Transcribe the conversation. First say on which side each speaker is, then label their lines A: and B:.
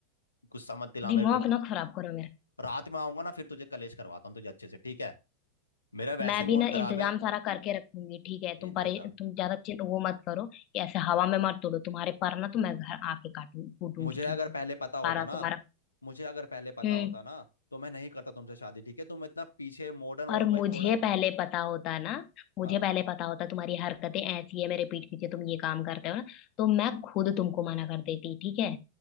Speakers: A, on the left; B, on the left.
A: गुस्सा मत दिला
B: दिमाग
A: मेरे को ठीक-
B: ना खराब करो मेरा
A: रात में आऊंगा ना फिर तुझे कलेश करवाता हूँ तुझे अच्छे से ठीक है मेरा वैसे
B: मैं भी
A: मूड
B: ना
A: खराब
B: इंतजाम
A: है
B: सारा करके रखूंगी ठीक है तुम
A: इंतजार
B: परे तुम ज्यादा चिं- वो मत करो कि ऐसे हवा में मत तोड़ो तुम्हारे पर ना तो मैं घर आके काटूंगी कूटूंगी
A: मुझे अगर
B: तुमको
A: पहले पता होता
B: सारा
A: ना
B: तुम्हारा
A: मुझे अगर पहले पता
B: हम्म
A: होता ना तो मैं नहीं करता तुमसे शादी ठीक है तुम इतना पीछे मॉडर्न हो
B: और
A: जो
B: मुझे
A: भाई थोड़ा
B: पहले पता होता ना मुझे
A: हाँ
B: पहले पता होता तुम्हारी हरकतें ऐसी है मेरे पीठ पीछे तुम ये काम करते हो ना तो मैं खुद तुमको मना कर देती ठीक है